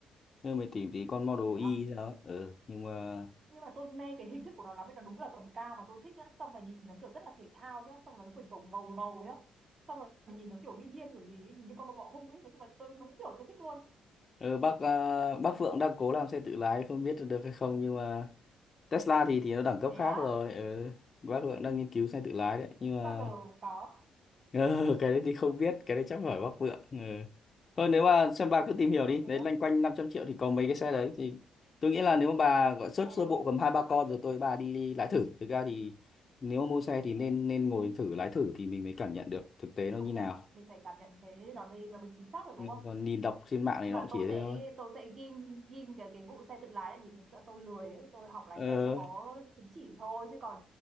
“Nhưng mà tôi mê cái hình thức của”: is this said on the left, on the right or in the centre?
Right